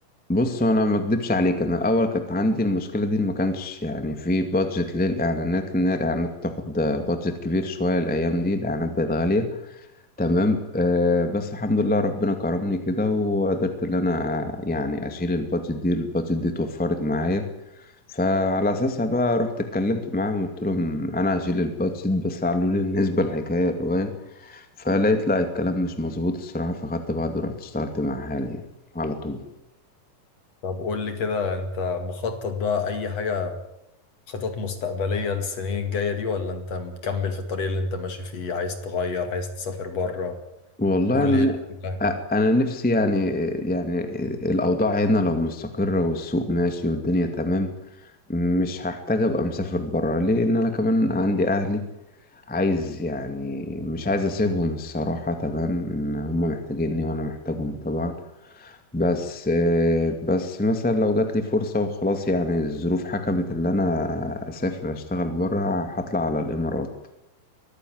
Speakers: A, in the centre; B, on the left.
A: بص انا ما اكدبش عليك انا الاول كانت عندي المشكله دي ما كانش يعني في بادجت للاعلانات لان الاعلانات بتاخد بادجت كبير شويه الايام دي الاعلانات بقت غاليه تمام آه بس الحمد لله ربنا كرمني كده وقدرت ان انا يعني اشيل البادجت دي البادجت دي اتوفرت معايا فعلى اساسها بقى رحت اتكلمت معاهم قلت لهم انا هشيل البادجت بس قالوا لي بالنسبه للحكايه الروايه فلقيت لا الكلام مش مظبوط الصراحه فخدت بعض ورحت اشتغلت مع حالي يعني على طول
B: طب قول لي كده انت مخطط بقى اي حاجة خطط مستقبلية للسنين الجاية دي ولا انت مكمل في الطريق اللي انت ماشي فيه عايز تغير عايز تسافر بره
A: والله
B: قول
A: انا
B: لي ايه اللي في دماغك
A: أ- انا نفسي يعني يعني الاوضاع هنا لو مستقره والسوق ماشي والدنيا تمام مش هحتاج ابقى مسافر بره ليه ان انا كمان عندي اهلي عايز يعني مش عايز اسيبهم الصراحه تمام ان هم محتاجيني وانا محتاجهم طبعا بس بس مثلا لو جات لي فرصه وخلاص يعني الظروف حكمت ان انا اسافر اشتغل بره هطلع على الامارات